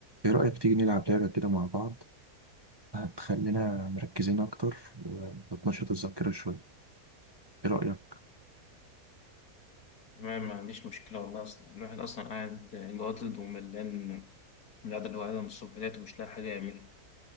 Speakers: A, on the right; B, on the left.
A: ايه رأيك تيجي نلعب لعبة كده مع بعض هتخلينا مركزين اكتر وتنشط الذاكرة شوية ايه رأيك
B: تمام ما عنديش مشكلة والله أصلا الواحد أصلا قاعد جاضد وملان من القعدة اللي هو قاعدها من الصبح ديت ومش لاقي حاجة يعملها